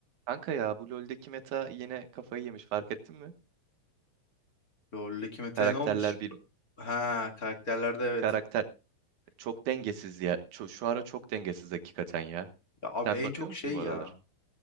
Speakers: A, on the right; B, on the left.
A: Kanka ya bu LoL'deki meta yine kafayı yemiş fark ettin mi?
B: LoL'deki meta
A: Karakterler
B: ne olmuş?
A: bir
B: Ha karakterlerde evet.
A: karakter çok dengesiz ya. Ço- şu ara çok dengesiz hakikaten ya.
B: Ya abi
A: Sen
B: en
A: bakıyor
B: çok
A: musun
B: şey
A: bu aralar?
B: ya.